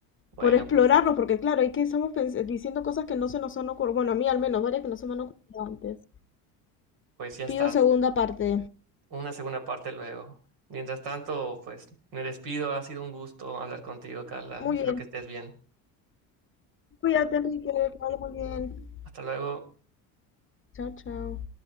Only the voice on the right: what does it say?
Bueno,
pues,
pues ya estás.
Una segunda parte luego. Mientras tanto, pues me despido. Ha sido un gusto hablar contigo, Carla.
Espero
que estés bien.
Hasta luego.